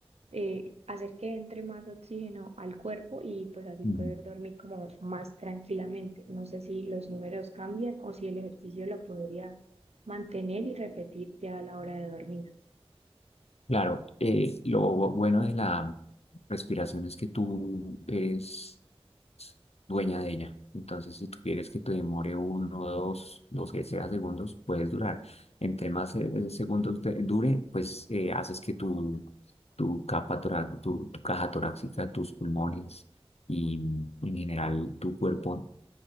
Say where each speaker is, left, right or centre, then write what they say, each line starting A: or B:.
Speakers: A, on the right (about 85°); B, on the left (about 80°).
A: eh, hacer que entre más oxígeno al cuerpo y pues así
B: Ujú.
A: poder dormir como más tranquilamente. No sé si los números cambian o si el ejercicio lo podría mantener y repetir ya a la hora de dormir.
B: Claro, eh, lo bu- bueno de la respiración es que tú eres dueña de ella. Entonces, si tú quieres que te demore uno, dos, los que sea segundos, puedes durar. Entre más eh, segundos de- dure, pues eh, haces que tu, tu capa tora- tu, tu caja torácica, tus pulmones y mm, en general tu cuerpo